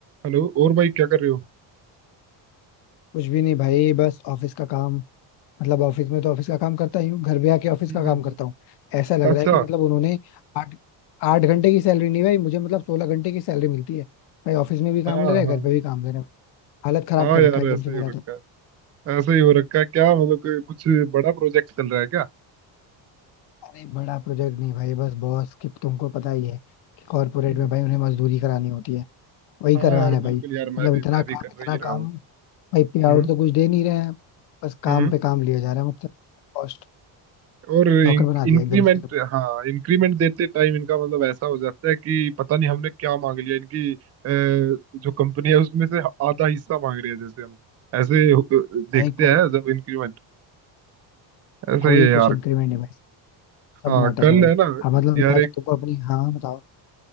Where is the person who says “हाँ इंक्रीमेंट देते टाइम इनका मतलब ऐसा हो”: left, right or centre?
Right